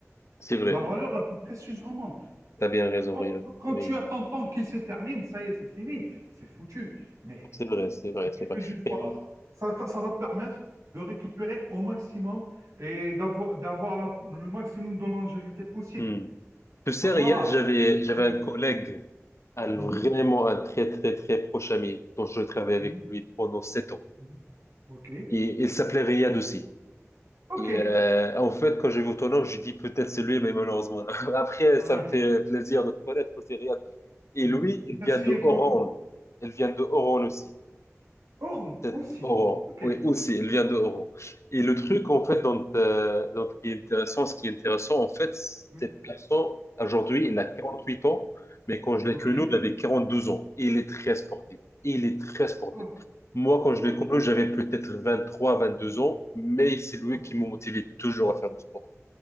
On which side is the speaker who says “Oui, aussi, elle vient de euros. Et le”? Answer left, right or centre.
Left